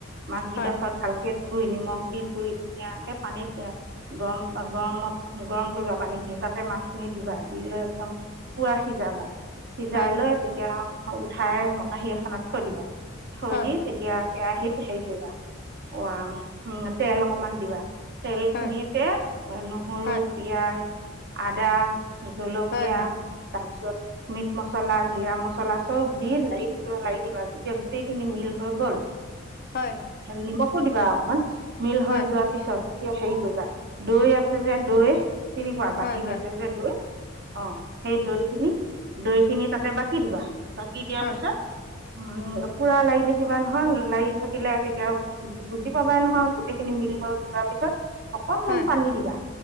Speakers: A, on the right; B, on the left.
A: মাছকিডোখৰত
B: হয়
A: ভালকে। - ধুই নিমখ দি ধুই ধুনীয়াকে পানীত গৰম-গৰমত গৰম কৰিবা পানীখিনি। তাতে মাছখিনি দিবা দি লৈ একদম পুৱা সিজাবা। সিজাই
B: হয়
A: লৈ তেতিয়া উঠাই কাঁহী এখনত থৈ দিবা থৈ
B: হয়
A: দি তেতিয়া কেৰাহীত হেৰি কৰিবা অ উ তেল অকমান দিবা তেল
B: হয়
A: খিনিতে নহৰু
B: হয়
A: পিয়াজ, আদা জলকীয়া
B: হয় হয়
A: তাৰপিছত মিট মছলা জিৰা মছলা চব দি লাই লৱাই থাকিবা যেতিয়া গোটেইখিনি মিল হৈ গ'ল
B: হয় হয় হয়
A: নিমখ দিবা অকমান মিল হৈ
B: হয়
A: যোৱাৰ
B: হয়
A: পিছত তেতিয়া হেৰি কৰিবা দৈ আছে যে দৈ চিনি পোৱা
B: হয়
A: বাতি
B: হয়
A: বেচে যে দৈ অ সেই দৈ খিনি দৈ খিনি তাতে বাকি দিবা বাকি দিয়াৰ
B: হয়
A: পিছত উ পুৰা লাৰি থাকিবা নহয় লাৰি থাকিলে তেতিয়াক বুজি পাবাই নহয় গোটেইখিনি মিল থোৱাৰ পিছত অকনমান
B: হয়
A: পানী দিবা